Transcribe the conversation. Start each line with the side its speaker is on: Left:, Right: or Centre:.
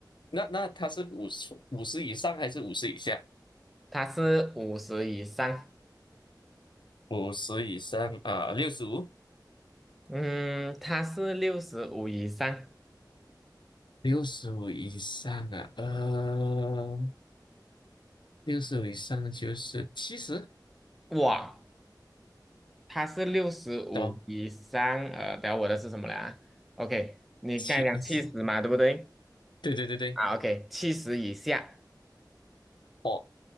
Left: 那那它是五十五十以上还是五十以下？
Centre: 它是五十以上，
Left: 五十以上啊，六十五，
Centre: 嗯，它是六十五以上，
Left: 六十五以上啊，呃，六十五以上就是七十，
Centre: 哇，它是六十五以上，
Left: 懂？
Centre: 呃，等下我的是什么来啊？OK，你刚才讲七十嘛，
Left: 七十
Centre: 对不对？
Left: 对对对对，
Centre: 啊，OK，七十以下，
Left: 哦，